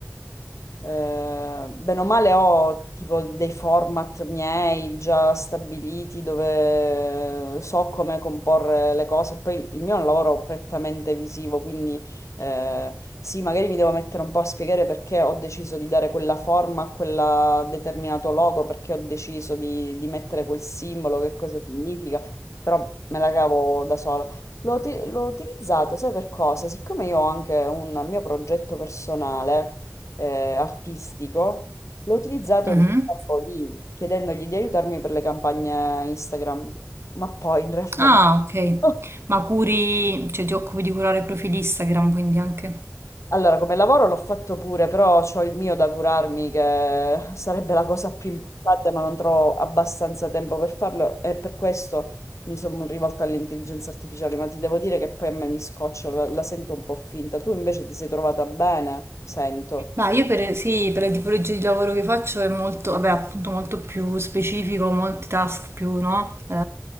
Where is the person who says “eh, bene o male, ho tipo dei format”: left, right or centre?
Left